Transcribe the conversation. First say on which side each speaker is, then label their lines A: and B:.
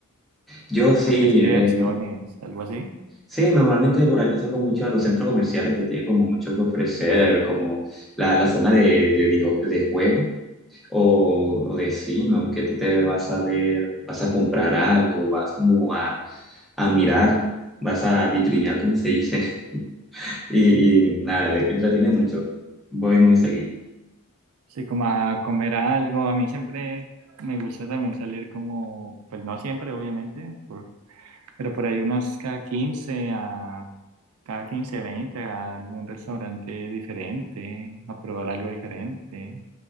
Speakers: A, in the centre; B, on the right.
A: yo sí,
B: parques de
A: eh,
B: diversiones,
A: no-
B: algo así.
A: sí, normalmente por acá salgo mucho a los centros comerciales que tienen como mucho que ofrecer, como la, la zona de, de video, de juego o, o de cine, ¿no? que tú te vas a ver, vas a comprar algo, vas como a, a mirar, vas a vitrinear, como se dice. Y, y nada, entretiene mucho. Voy muy seguido.
B: Sí, como a comer algo. A mí siempre me gusta también salir como, pues no siempre, obviamente, por- pero por ahí unos cada 15 a cada 15 20 a algún restaurante diferente, a probar algo diferente.